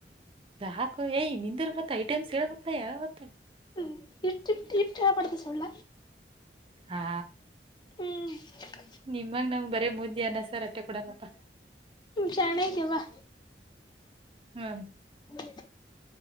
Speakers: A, on the right; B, on the left.
A: ಸಾಕು ಯ ನಿಂದಿರ್ ಮತ್ ಐಟಮ್ಸ್ ಹೇಳಬೇಕು ಮತ್ತ ಯವ್ ಯಾವ್ ಮತ್ತ
B: ಹ್ಮ ಇಟ್ಟ ಇಟ್ಟಪಡದ ಸಳ್ಳ
A: ಹಾ
B: ಹ್ಮ್
A: ನಿಮ್ಮಗ್ ನಮ್ ಬರೇ ಮುದ್ದಿ ಅನ್ನಸರ್ ಅತ್ತೆ ಕೊಡಲ್ಲಪ್ಪ
B: ಜಾಣೆ ಇದ್ದಿ ಯವ್ವ
A: ಹ್ಮ
B: ಹ್ಮ